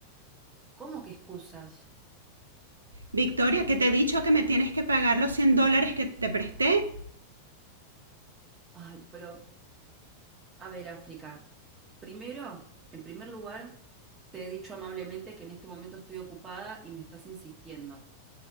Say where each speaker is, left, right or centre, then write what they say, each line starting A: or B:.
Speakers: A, on the right; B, on the right.
A: ¿Cómo que excusas?
B: Victoria, que te he dicho que me tienes que pagar los 100 dólares que te presté.
A: Ay, pero, a ver, África, primero, en primer lugar, te he dicho amablemente que en este momento estoy ocupada y me estás insistiendo.